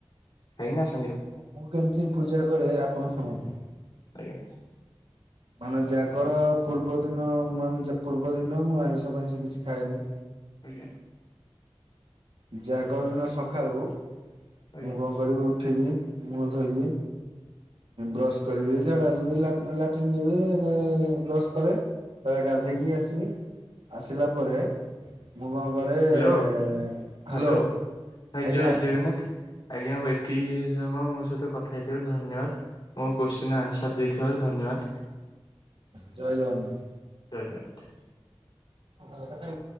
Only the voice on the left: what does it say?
<inaudible>
ଆଜ୍ଞା।
ଆଜ୍ଞା।
ଆଜ୍ଞା।
ହ୍ୟାଲୋ ହ୍ୟାଲୋ ଭାଇ
ଜୟ ଜଗନ୍ନାଥ ଆଜ୍ଞା। ଅତି ସମୟ ମୋ ସହିତ କଥା ହେଇଥିବାରୁ ଧନ୍ୟବାଦ ମୋ କୋଶ୍ଚି ଆନ୍ସର୍ ଦେଇଥିବାରୁ ଧନ୍ୟବାଦ।
<inaudible>